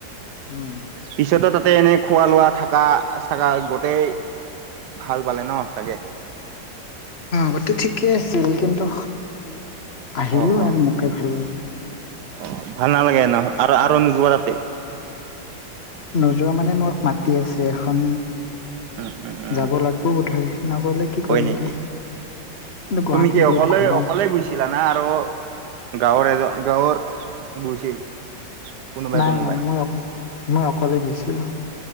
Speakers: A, on the left; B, on the right.
A: উম
B: পিছতো ত। তাতে এনে খোৱা লোৱা থাকা চাগা গোটই ভাল পালে ন চাগে।
A: গোটেই ঠিকেই আছিল কিন্তু আহিলোঁ
B: অ অ
A: আৰু মোকে ভাল।
B: অ ভাল নালাগে ন আৰু আৰু নোযোৱা তাতে।
A: নোযোৱা মানে মোক মাতি আছে এখন।
B: উম উম উম
A: যাব লাগিব বোধয় নগলে কি
B: হয়
A: কৰিম
B: নেকি
A: দে। কিন্তু গুৱাহাটীত
B: তুমি কি
A: বিৰাট
B: অকলে
A: গৰম
B: অকলে গৈছিলা না আৰু? গাঁওৰ এজ গাঁৱৰ গৈছিল। কোনোবাই
A: নাই
B: কোনোবাই
A: নাই মই, মই অকলে গৈছিলোঁ'